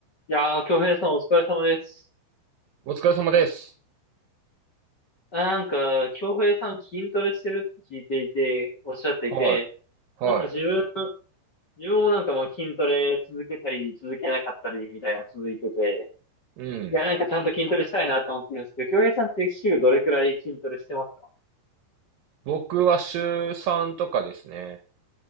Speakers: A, on the left (about 30°); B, on the right (about 65°).
A: いやー、京平さんお疲れ様です。
B: お疲れ様です。
A: あなんか、京平さん筋トレしてるって聞いていて、おっしゃっていて、
B: はい。は
A: なんか自分、自分もなんかもう筋トレ続けたり、続けなかったりみたいな続いてて、
B: い。うん。
A: いや、なんかちゃんと筋トレしたいなって思ってるんですけど、京平さんって週どれくらい筋トレしてますか
B: 僕は週3とかですね。